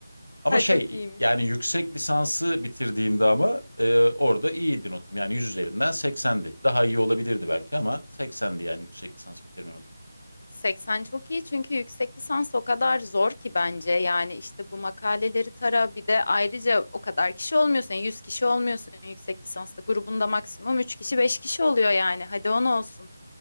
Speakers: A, on the left; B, on the left.
A: Ama
B: Ay
A: şey
B: çok iyiymiş.
A: yani yüksek lisansı bitirdiğimde ama e, orada iyiydi notum. Yani 100 üzerinden 80'di. Daha iyi olabilirdi belki ama 80'di yani yüksek lisans bitirme notum.
B: 80 çok iyi çünkü yüksek lisans o kadar zor ki bence. Yani işte bu makaleleri tara bir de ayrıca o kadar kişi olmuyorsun. 100 kişi olmuyorsun yüksek lisansta. Grubunda maksimum 3 kişi 5 kişi oluyor yani. Hadi 10 olsun.